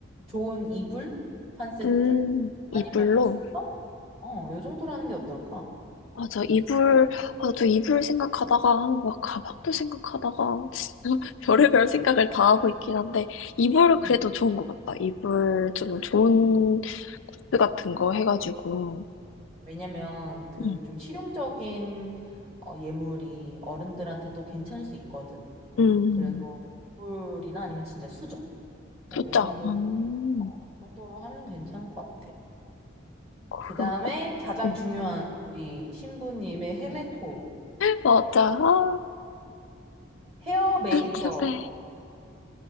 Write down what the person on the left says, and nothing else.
음,
이불로?
맞아, 이불, 아, 저 이불 생각하다가, 막 가방도 생각하다가, 진짜 <laughs> 별의별
생각을 다 하고 있긴 한데, 이불은 그래도
좋은 것 같다. 이불 좀 좋은 굿즈 같은 거 해가지고,
응.
음,
진짜,
음,
그러고,
어,
<laughs> 맞아, 아,
궁금해.